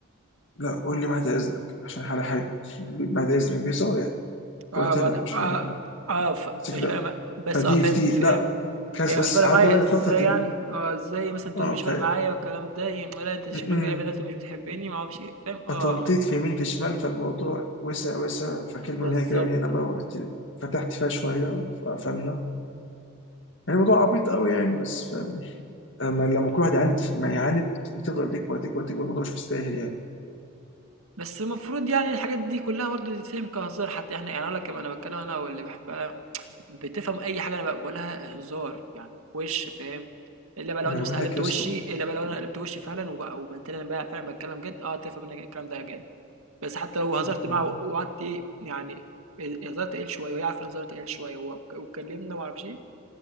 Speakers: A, on the left; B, on the right.
A: لا قول لي بعد اذنك عشان على حاجه <laughs> بعد اذنك بهزار يعني
B: اه
A: فقلت
B: بعد
A: لها لا
B: اه
A: مش هقول لك بقى
B: اه ف...
A: قالت
B: مش
A: لي
B: فارق
A: لا
B: مع... بس
A: فدي
B: اه فهمت
A: في دي
B: فهمت
A: لا كاس
B: يعني
A: بس
B: مش فارق
A: قعدنا
B: معايا
A: بقى
B: ازاي
A: نتنطط يمين
B: يعني اه ازاي مثلا تقول
A: اه
B: مش فارق
A: ف
B: معايا والكلام ده يعني ولا انت
A: م-م.
B: شكلك كده بدأت مش بتحبني ما اعرفش ايه فاهم اه
A: فتنطيط
B: اه
A: في يمين في شمال فالموضوع وسع وسع فكلمة
B: بالظبط
A: من هنا كده من هنا بقى ورحت فتحت فيها شوية فقفلنا يعني الموضوع عبيط قوي يعني بس فاهم لما لما كل واحد يعاند ما يعاند وتفضل تكبر تكبر تكبر الموضوع مش مستاهل يعني
B: بس المفروض يعني الحاجات دي كلها برضه تتفهم كهزار حتى احنا يعني اقول لك انا بتكلم انا واللي بحبها بتفهم اي حاجه انا بقولها هزار يعني وش فاهم الا بقى لو
A: انا
B: انا
A: بقول
B: مثلا قلبت
A: لك يا
B: وشي
A: اسطى
B: الا بقى لو انا قلبت وشي فعلا وب- وبنت انا بقى فعلا بتكلم جد اه تفهم ان الكلام ده جد بس حتى لو هزرت
A: م-م.
B: معاه وقعدت ايه يعني هزرت قليل شويه وهي عارفه ان هزرت قليل شويه وك- واتكلمنا وما اعرفش ايه